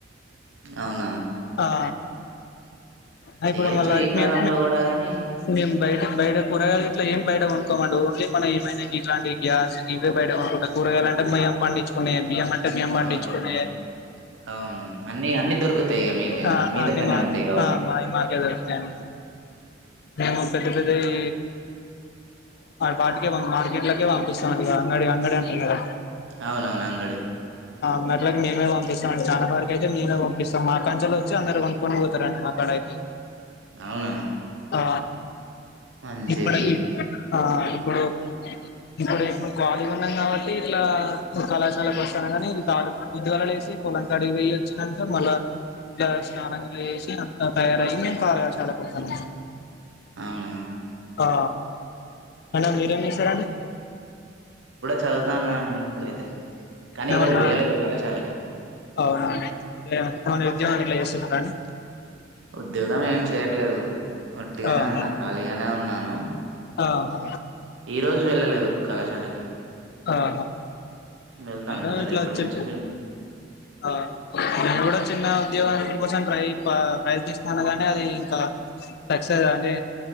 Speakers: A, on the right; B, on the left.
A: అవునా
B: ఆ అ
A: చేయొచ్చు
B: ఇప్పుడు మల్లా
A: ఈ కాలంలో
B: మేం
A: కూడా గాని
B: మేం బైట బయట కూరగాయలు ఇట్లా ఏం బయట కొనుకోమండి ఓన్లీ మనం ఏమైన ఇలాంటి గ్యాస్ గివే బయట కొనుకుంటా కూగాయలంటే మేం పండించుకున్నయే అండి బియ్యం అంటే మేము పండించుకునే
A: అవునవును ఇగ అవును అన్ని అన్ని దొరకుతయి ఇగ మీకే
B: అ
A: మీ
B: అన్ని
A: దగ్గరనే
B: మా
A: ఉంటాయి కాబట్టి
B: మాయి మాకే దొరుకుతయి అండి మేము పెద్ద పెద్దవి వాటికే మార్కెట్ లోకే పంపిస్తామండి ఇక అంగడి అంగడి అంటరు కదా
A: అవునవును అంగడి
B: ఉన్నట్లగా మేమే పంపిస్తాం చాలాసరుకు అయితే మేమే పంపిస్తం మా కంచెలు వచ్చి అందరు కొనుక్కొని పోతారండి మాకాడైతే
A: అవునా
B: ఆ
A: మంచిది
B: ఇప్పుడు ఇప్ ఆ ఇప్పుడు ఇప్పుడు ఇప్పుడు కాలిగా ఉన్నాం కాబట్టి ఇట్లా కళాశాలకు వస్తాను. కానీ కాలీ పొద్దుగాల లేసి పొలం కాడికి పొయివచ్చినాంక మళ్ళా ఇట్ల స్నానం గిట్ల చేసి అంత తయారయ్యి కళాశాలకు వస్తాము.
A: అవునా
B: ఆ ఐనా మీరేం చేస్తారండి
A: చదువుతా ఉన్నానండి ఇప్పుడైతే కానీ
B: ఏమన్నా
A: ఈరోజు వెళ్ళలేదు కళాశాలకి
B: అవునా అండి ఉద్యోగం ఇట్లా చేస్తున్నార అండి
A: ఉద్యోగం ఏం చేయట్లేదు ఒట్టిగానే
B: ఆహా
A: ఉన్నా ఖాళీగానే ఉన్నాను
B: ఆహా
A: ఈ రోజు వే లలేదు కళాశాలకి
B: ఆహా
A: వెళ్తాను
B: నేను
A: మళ్ళా
B: ఇట్లా
A: రేపటి
B: వచ్చి
A: నుంచి లే
B: ఆ నేను కూడా చిన్న ఉద్యోగా కోసం టై ప్రైత్స్త అనగానే అది ఇంకా సక్సెస్ అంటే